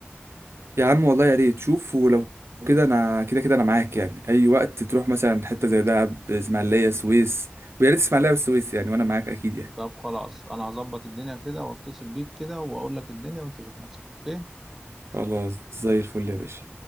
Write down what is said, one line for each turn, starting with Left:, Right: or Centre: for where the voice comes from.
Right: يا عم والله يا ريت شوف ولو كده انا كده كده انا معاك يعني اي وقت تروح مثلا حته زي دهب اسماعيليه سويس ويا ريت اسماعيليه والسويس يعني وانا معاك اكيد يعني
Centre: طب خلاص انا هظبط الدنيا كده واتصل بيك كده واقول لك الدنيا وانت شوف نفسك اوكي
Right: خلاص زي الفل يا باشا